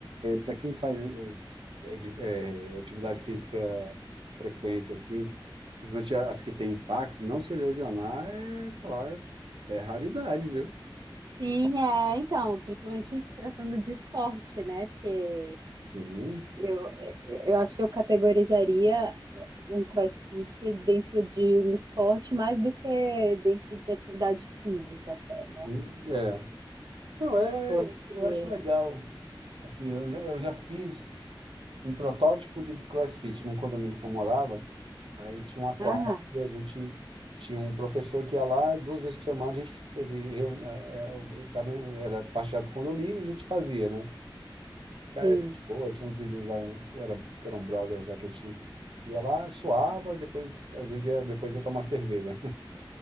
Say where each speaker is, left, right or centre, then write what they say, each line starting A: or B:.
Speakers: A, on the right; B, on the right.
A: Para quem faz. é de- é, atividade física frequente, assim, principalmente as que têm impacto, não se lesionar é falar, é, é raridade, viu?
B: Sim, é, então, principalmente se tratando de esporte, né? Porque
A: Sim.
B: eu, eu acho que eu categorizaria um CrossFit dentro de um esporte mais do que dentro de atividade física até, né?
A: Hum, É. Não, é,
B: Porque,
A: eu acho legal. Assim, eu já, eu já fiz um protótipo de CrossFit num condomínio que eu morava. Aí tinha uma quadra
B: ah,
A: e a gente tinha um professor que ia lá duas vezes por semana, a gente ele, estava, era parte do condomínio, a gente fazia, né? Cara,
B: sim.
A: gente boa, tinha uns vizinhos lá, um, era, que eram brothers lá, que a gente ia lá, suava e depois, às vezes, ia, depois ia tomar cerveja.